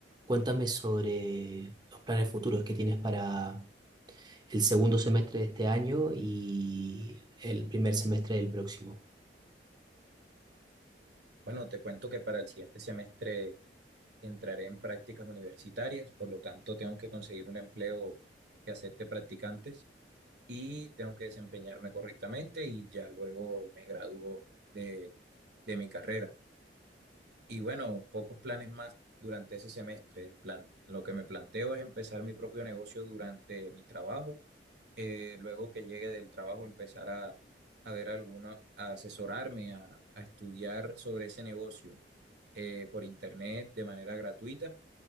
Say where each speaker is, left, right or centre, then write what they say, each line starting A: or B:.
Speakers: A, on the right; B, on the right.
A: Cuéntame sobre los planes futuros que tienes para el segundo semestre de este año y el primer semestre del próximo.
B: Bueno, te cuento que para el siguiente semestre entraré en prácticas universitarias, por lo tanto tengo que conseguir un empleo que acepte practicantes y tengo que desempeñarme correctamente y ya luego me gradúo de, de mi carrera. Y bueno, pocos planes más durante ese semestre. Plan- lo que me planteo es empezar mi propio negocio durante mi trabajo eh, luego que llegue del trabajo empezar a, a ver alguna, a asesorarme, a, a estudiar sobre ese negocio eh, por internet de manera gratuita